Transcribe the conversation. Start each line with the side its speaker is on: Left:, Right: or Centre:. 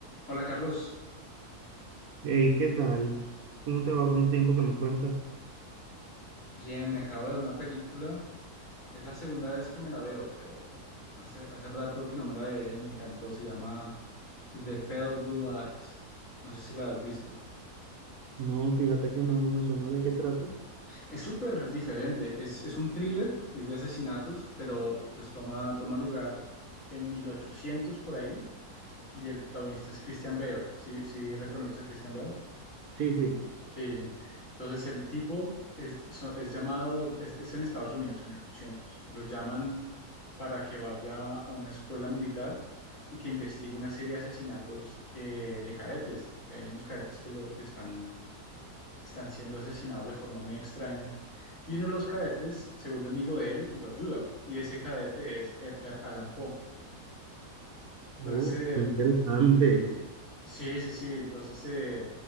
Left: Hola Carlos,
Right: Hey, ¿qué tal? ¿Cómo te va? ¿Cuánto tiempo que me cuentas?
Left: bien, me acabo de ver una película. Es la segunda vez que me la veo, pero hace, hace rato que no me la veía y me encantó. Se llama The Pale Blue Eyes. No sé si la has visto.
Right: No, fíjate que no, no me suena de qué trato.
Left: Es súper diferente. Es, es un thriller, es de asesinatos, pero pues toma, toma lugar en 1800 por ahí. Y el protagonista es Christian Bale. ¿Sí, sí reconoces a Christian Bale?
Right: Sí, sí.
Left: Sí, sí. Entonces el tipo es, so- es llamado, es, es en Estados Unidos en 1800 y lo llaman para que vaya a una escuela militar y que investigue una serie de asesinatos eh, de cadetes, que hay unos cadetes que, lo- que están, están siendo asesinados de forma muy extraña, y uno de los cadetes se vuelve amigo de él y lo ayuda, y ese cadete es Edgar Allan Poe.
Right: Oh,
Left: Entonces, eh,
Right: qué interesante.
Left: Sí, sí, sí. Entonces eh,